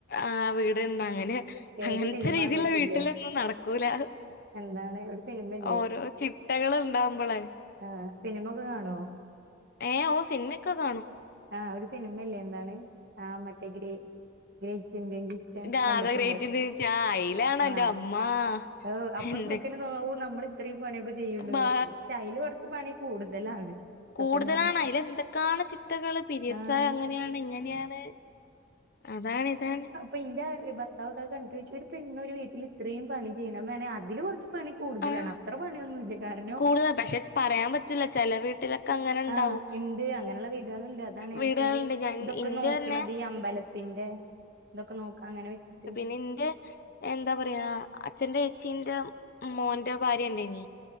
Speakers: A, on the left; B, on the right.
A: ആഹ് വീട്ണ്ട് അങ്ങനെ അങ്ങൻത്തെ
B: ഒരു സിനിമ
A: രീതിള്ള
B: കണ്ടിട്ടില്ലേ
A: വീട്ട്ലൊന്നും നടക്കൂല
B: എന്താണ് ഒരു സിനിമല്ലേ
A: ഓരോ ചിട്ടകള്ണ്ടാവുമ്പോളെ
B: ആഹ് സിനിമ ഒക്കെ കാണോ
A: ഏഹ് ഓഹ് സിൻമെക്കെ കാണും
B: ആഹ് ഒരു സിനിമെല്ലേ ന്താണ് ആഹ് മറ്റേ ഗ്രേ ഗ്രേറ്റിന്ത്യൻ കിച്ച് ച്ചൺ
A: രാധ
B: കണ്ട്ട്ടുണ്ടോ
A: ഗ്രേറ്റ് ഇന്ത്യൻ ആഹ് അയിലാണ്
B: ആഹ്
A: എന്റെ അമ്മാ
B: അവ് അപ്പൊ
A: എന്തൊ
B: ഹാവൂ നമ്മൾ ഇത്രയും പണിയൊക്കെ ചെയ്യിണ്ടൊരിസംന്ന്
A: ബാ
B: പ്ക്ഷെ അയ്ല് കൊറച്ച് പണി കൂടുതലാണ്
A: കൂടുതലാണ്
B: സത്യം പറഞ്ഞ
A: അയ്ല് എന്തക്കാണ് ചിട്ടകൾ പേരിയേട്സായ
B: ആഹ്
A: അങ്ങനെയാണ് ഇങ്ങനെയാണ് അതാണ് ഇതാണ്
B: പ്പിന്റെ ഇവ കണ്ടു വെച്ചച്ച് ഒരു പെണ്ണ ഒരു വീട്ടിൽ ഇത്രയും പണി ചെയ്യണം മെ നെ അതില് കുറച്ച് പണി കൂടുതലാണ്
A: ആഹ്
B: അത്ര പണിയൊന്നുല്ല കാരണം
A: കൂടുതൽ പക്ഷെ പറയാൻ പറ്റില്ല ചെല വീട്ടിലൊക്കെ അങ്ങനെ ഉണ്ടാവും
B: ആ ണ്ട് അങ്ങനെയുള്ള വീടുക ണ്ട് അതണ
A: വീടുകളുണ്ട്
B: വെച്ചാല്
A: ഞാൻ
B: ഇതൊക്കെ
A: ഇന്റെ
B: നോക്കണത്
A: തന്നെ
B: ഈ അമ്പലത്തിന്റെ ഇതൊക്കെ നോ ക്ക ങ്ങനെ വെച്ചിട്ട്
A: ന്റെ എന്താ പറയാ അച്ഛറെ ചേച്ചീന്റെ മോന്റെ ഭാര്യ ണ്ടെനി